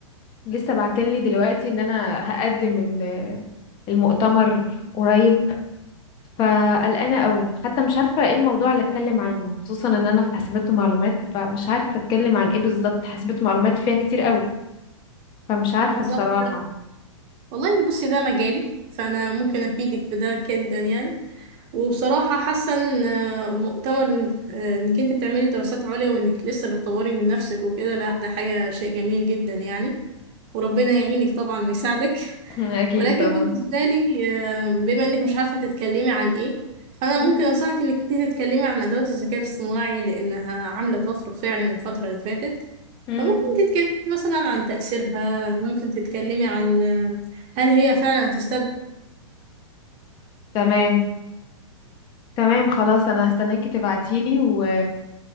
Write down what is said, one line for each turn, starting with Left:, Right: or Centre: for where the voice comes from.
Left: لسه بعتنلي دلوقتي ان انا هقدم ال- المؤتمر قريب فقلقانه قوي حتى مش عارفه ايه الموضوع اللي اتكلم عنه خصوصا ان انا في حاسبات ومعلومات فمش عارفه اتكلم عن ايه بالظبط حاسبات ومعلومات فيها كتير قوي فمش عارفه
Right: بالظبط
Left: بصراحه
Right: والله بصي ده مجالي فانا ممكن افيدك في ده جدا يعني وبصراحة حاسة ان آه، مؤتمر إن- آه، انك انت بتعملي دراسات عليا وانك لسه بتطوري من نفسك وكده لا ده حاجة شيء جميل جدا يعني وربنا يعينك طبعا ويساعدك
Left: <laughs> اكيد
Right: ولكن
Left: طبعا
Right: بالنسبة لي آه، بما انك مش عارفة تتكلمي عن ايه فانا
Left: م-
Right: ممكن انصحك انك انت تتكلمي عن ادوات الذكاء الاصطناعي لانها عاملة طفرة فعلا الفترة اللي فاتت
Left: م.
Right: فممكن تتكلمي مثلا عن تأثيرها ممكن تتكلمي عن آه، هل هي فعلا هتستبدل
Left: تمام تمام خلاص انا هستناكي تبعتيلي و